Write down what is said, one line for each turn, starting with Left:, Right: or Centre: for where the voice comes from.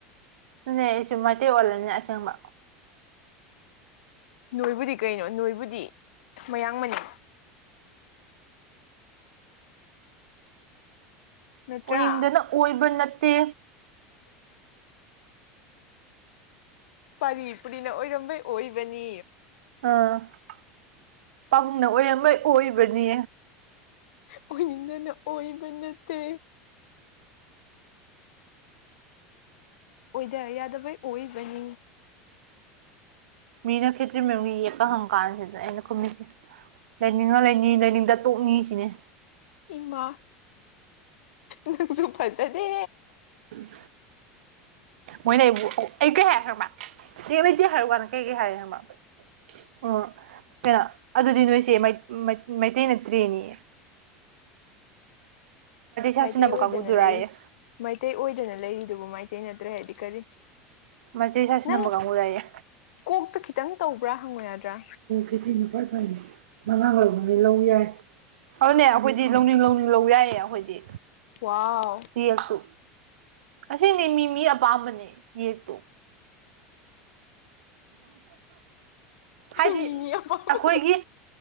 Right: ꯑꯗꯨꯅꯦ ꯑꯩꯁꯨꯨꯝ <unintelligible> ꯑꯣꯜꯂꯅꯤ ꯑꯁꯦꯡꯕ
Left: ꯅꯣꯏꯕꯨꯗꯤ ꯀꯩꯅꯣ ꯅꯣꯏꯕꯨꯗꯤ ꯃꯌꯥꯡ ꯃꯅꯤ ꯅꯠꯇ꯭ꯔꯥ
Right: ꯎꯔꯤꯅꯤꯡꯗꯅ ꯑꯣꯏꯕ ꯅꯠꯇꯦ
Left: ꯄꯔꯤ ꯄꯨꯔꯤꯅ ꯑꯣꯏꯔꯝꯕꯩ ꯑꯣꯏꯕꯅꯤ
Right: <unintelligible> ꯑꯣꯏꯔꯝꯕꯑꯩ ꯑꯣꯏꯕꯅꯤ
Left: ꯑꯣꯏꯅꯤꯡꯗꯅ ꯑꯣꯏꯕ ꯅꯠꯇꯦ ꯑꯣꯏꯗ ꯌꯥꯗꯕꯩ ꯑꯣꯏꯕꯅꯤ
Right: ꯃꯤꯅ ꯈꯦꯇ꯭ꯔꯤꯃꯌꯨꯝꯒꯤ ꯌꯦꯛꯄ ꯍꯪ ꯀꯥꯟꯁꯤꯗ ꯑꯩꯅ ꯈꯨꯝꯃꯤꯁꯤ꯫ ꯂꯩꯅꯤꯡꯉ ꯂꯩꯅꯤ ꯂꯩꯅꯤꯡꯗ ꯇꯣꯛꯅꯤ ꯁꯤꯅꯦ꯫
Left: ꯏꯪꯃꯥ ꯅꯪꯁꯨ ꯐꯖꯗꯦ
Right: ꯎꯝ ꯃꯣꯏꯅ ꯑꯩꯕꯨ ꯑꯩ ꯀꯩ ꯍꯥꯏ ꯍꯥꯏꯔꯃꯥ ꯂꯩꯇꯦ ꯍꯥꯏꯔꯨ ꯋꯥꯅ ꯀꯩꯀꯩ ꯍꯥꯏꯔꯦ ꯍꯥꯏꯪꯕ ꯑꯣ ꯀꯩꯅꯣ ꯑꯗꯨꯗꯤ ꯅꯣꯏꯁꯦ ꯃꯩꯇꯩ ꯅꯠꯇ꯭ꯔꯦꯅꯦ ꯁꯥꯁꯤꯟꯅꯕ
Left: ꯃꯩꯇꯩ ꯑꯣꯏꯗꯅ
Right: ꯀꯥꯡꯕꯨꯗꯨꯔꯥꯌꯦ
Left: ꯂꯩꯔꯤ ꯃꯩꯇꯩ ꯑꯣꯏꯗꯅ ꯂꯩꯔꯤꯗꯨꯕꯨ ꯃꯩꯇꯩ ꯅꯠꯇ꯭ꯔꯦ ꯍꯥꯏꯗꯤ ꯀꯔꯤ
Right: ꯃꯆꯦ ꯏꯁꯥꯁꯨ
Left: ꯅꯪ
Right: ꯅꯝꯕ ꯀꯥꯡꯕꯨꯨꯔꯥꯏꯑꯌꯦ
Left: ꯀꯣꯛꯇ ꯈꯤꯇꯪ ꯇꯧꯕ꯭ꯔꯥ ꯍꯪꯉꯨ ꯌꯥꯗ꯭ꯔꯥ
Right: ꯆꯤꯊꯤꯅ ꯈ꯭ꯋꯥꯏ ꯐꯏ ꯃꯉꯥꯡ ꯂꯧꯕꯅꯩ ꯂꯧ ꯌꯥꯏ ꯑꯗꯨꯅꯦ ꯑꯩꯈꯣꯏꯗꯤ ꯂꯧꯅꯤꯡ ꯂꯧꯅꯤꯡ ꯂꯧ ꯌꯥꯏꯌꯦ ꯑꯩꯈꯣꯏꯗꯤ
Left: ꯋꯥꯎ
Right: ꯌꯦꯁꯨ꯫ ꯑꯁꯤꯅꯤ ꯃꯤ ꯃꯤ ꯑꯄꯥꯝꯕꯅꯦ ꯌꯦꯛꯇꯣ꯫ ꯍꯥꯏꯗꯤ
Left: ꯃꯤ ꯃꯤ ꯑꯄꯥꯝꯕ
Right: ꯑꯩꯈꯣꯏꯒꯤ